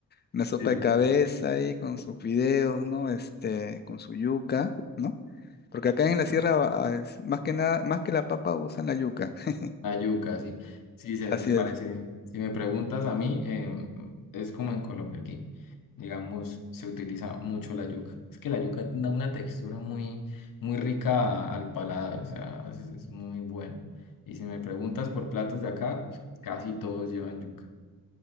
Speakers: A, on the left; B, on the left.
A: Una
B: sí.
A: sopa de cabeza ahí con sus fideos, ¿no? Este, con su yuca, ¿no? Porque acá en la sierra, ah, es- más que nada, más que la papa usan la yuca. <laughs>
B: La yuca, sí. Sí, se,
A: Así
B: se parece.
A: es.
B: Si me preguntas a mí, em, es como en Colombia aquí. Digamos, se utiliza mucho la yuca. Es que la yuca da una textura muy, muy rica a- al paladar, o sea, es, es muy buena. Y si me preguntas por platos de acá, uf, casi todos llevan yuca.